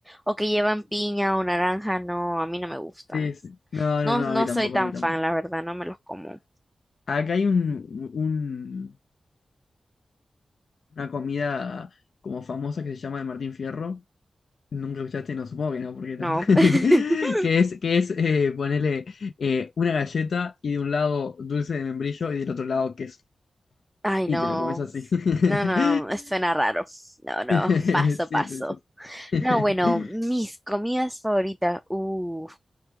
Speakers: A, in the centre; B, on the left.
A: o que llevan piña o naranja, no, a mí no me gustan.
B: Sí, sí. No,
A: No,
B: no, no,
A: no
B: a mí tampoco,
A: soy tan
B: a mí tampoco.
A: fan, la verdad, no me los como.
B: Acá hay un, un- una comida como famosa que se llama de Martín Fierro. Nunca escuchaste, no supongo que no, porque tampoco.
A: No.
B: <laughs>
A: <laughs>
B: Que es, que es eh, ponerle eh, una galleta y de un lado dulce de membrillo y del otro lado queso.
A: Ay,
B: Y
A: no.
B: te lo comes así. <laughs>
A: No, no, suena raro. No, no,
B: Sí,
A: paso, paso.
B: sí, sí. <laughs>
A: No, bueno, mis comidas favoritas. Uh.